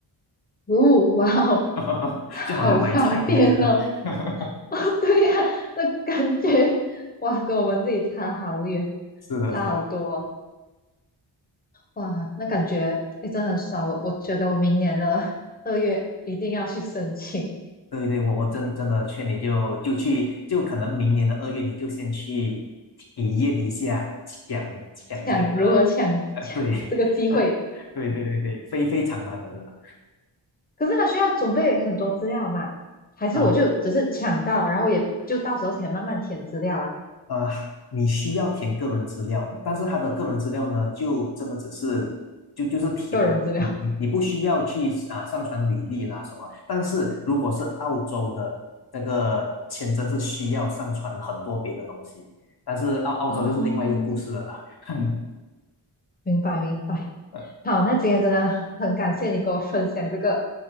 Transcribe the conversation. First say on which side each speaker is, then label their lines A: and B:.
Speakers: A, on the left; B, on the left.
A: 哦，哇哦，
B: <laughs>
A: <laughs> 好方便哦。
B: 就好像买菜一样的。<laughs>
A: <laughs> 哦，对呀、那感觉哇，跟我们这里差好远，
B: 是的，
A: 差好多哦
B: 是的。
A: 哇，那感觉哎，真的很爽。我我觉得我明年的二月一定要去申请，
B: 对对，我我真真的劝你就就去，就可能明年的二月你就先去体验一下抢抢这个，
A: 抢如何抢抢这个机会。
B: <laughs> 对，<laughs> 对对对对，非非常难的，真的
A: 可是他需要准备很多资料嘛？还是我就只是抢到，
B: 啊。
A: 然后也就到时候才慢慢填资料啊，
B: 呃，你需要填个人资料，但是他的个人资料呢，就真的只是就就是填嘛，
A: 个人资料。
B: 你你你不需要去啊上传履历啦什么。但是如果是澳洲的这个签证是需要上传很多别的东西，但是澳澳洲就是另外一个故事了啦。
A: 哦，
B: <laughs>
A: 明白明白。
B: 呃，
A: 好，那今天真的很感谢你给我分享这个